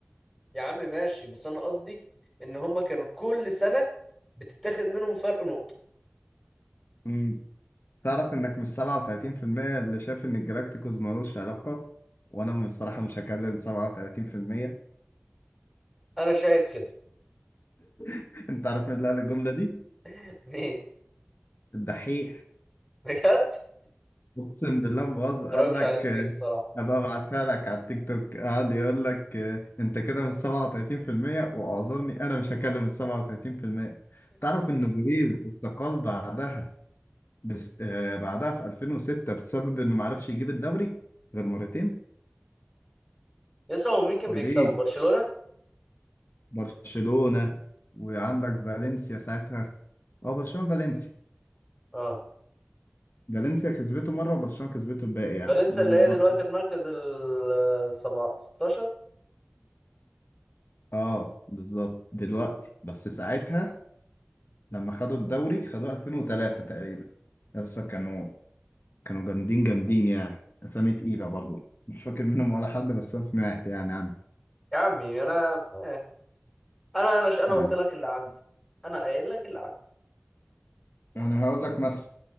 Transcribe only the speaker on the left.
امم تعرف انك مش 37% اللي شايف ان الجالاكتيكوس ملوش علاقة وانا بصراحة مش هكلم 37%
<laughs> انت عارف مين اللي قال الجملة دي؟
الدحيح
اقسم بالله ما بهزر قال
لك
آه،
ابقى ابعتها لك على التيك توك قعد يقول لك آه، انت كده من 37% واعذرني انا مش هكلم ال 37% تعرف ان بيريز استقال بعدها بس آه، بعدها في 2006 بسبب انه ما عرفش يجيب الدوري غير مرتين
بيريز
برشلونة وعندك فالنسيا ساعتها اه برشلونة فالنسيا
فالنسيا كسبته مرة وبرشلونة كسبته الباقي يعني
وبرشلونة
اه بالظبط دلوقتي بس ساعتها لما خدوا الدوري خدوه 2003 تقريبا لسه كانوا كانوا جامدين جامدين يعني أسامي تقيلة برضو مش فاكر منهم ولا حد بس أنا سمعت يعني عنه
يعني
أنا هقول لك مثلا